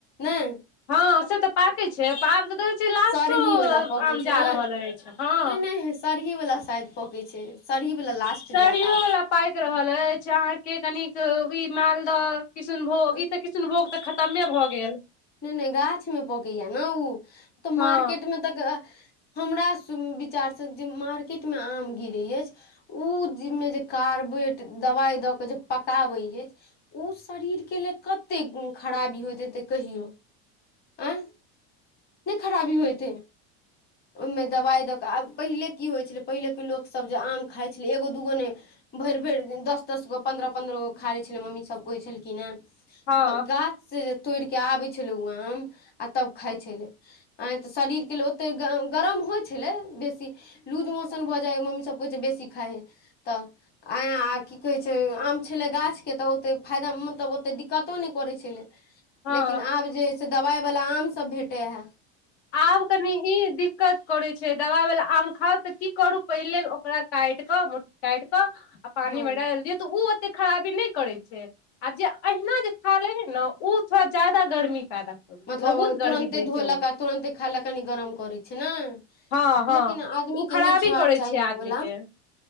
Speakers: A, on the left (about 30°); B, on the left (about 75°).
A: नय
B: हँ से तऽ पाकै छै आब त द छियै लास्टो
A: सरही वाला पकै
B: आम
A: छै
B: जा
A: ने
B: रहल अछि हँ
A: नहि नहि सरही वला साइज पकै छै सरही वला लास्ट
B: सरियो
A: जायत आब
B: वाला पाकि रहल अछि अहाँ के कनिक ई मालदह किसुनभोग
A: आब
B: ई तऽ किसुनभोग तऽ खतमे भऽ गेल
A: नै नै गाछ मे पकैया ने ओ तऽ मार्केट
B: हँ
A: मे तऽ हमरा विचारसँ जे मार्केटमे आम गिरैय अछि उ मे जे कार्बोट दबाई दऽ के जे पकाबै अछि ओ शरीर केले कते खराबी होइत हेते कहियौ आ नहि खराबी होएतै ओहिमे दबाई दऽ कऽ आब पहिले की होइ छलै पहिलेके लोकसभ जे आम खाघ छलै एगो दूगो नहि भरि भरि दीन दस दस गो पन्द्रह पन्द्रह गो खा ले छलै मम्मी सब कहै छलखिन हे
B: हँ
A: तब गाछ से तोड़िक आबै छलै ओ आम आ तब खाई छलै आय तऽ शरीर के लेल ओतेक गरम होइ छलै बेसी लूज मोशन भऽ जाई छइ मम्मी सब कहै बेसी खाय हेय तऽ आय आ की कहै छइ आम छलै गाछके तऽ ओतेक फायदा मतलब तऽ दिक्कतो नहि करै छलै
B: हँ
A: लेकिन आब जे है से दबाई वला आम सभ भेटै हए
B: आब कनि इ दि दिक्कत करै छै दवाइ वला आम खाउ तऽ की करू पहिले ओकरा काटि कऽ मु काटि कऽ आ पाइन
A: हँ
B: में डालि दियै तऽ ओ ओते खराबी नहि करै छै आ जे अहिना जे खा लइ हे ने ओ थोड़ा ज्यादा गर्मी पैदा करै छै
A: मतलब
B: बहुत
A: तुरन्ते
B: गर्मी दै
A: धोलक
B: छै ओ
A: आ तुरन्ते खा लेलक कनि गरम करैत छै ने
B: हँ हँ
A: लेकिन आदमी
B: ओ
A: के
B: खराबी
A: नहि खेबाक
B: करै
A: चाहीगोला
B: छै आदमी के